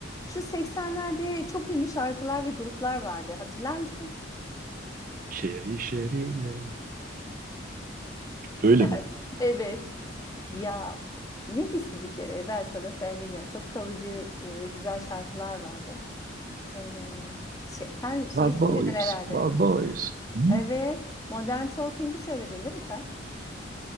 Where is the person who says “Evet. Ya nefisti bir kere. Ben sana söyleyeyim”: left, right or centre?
Left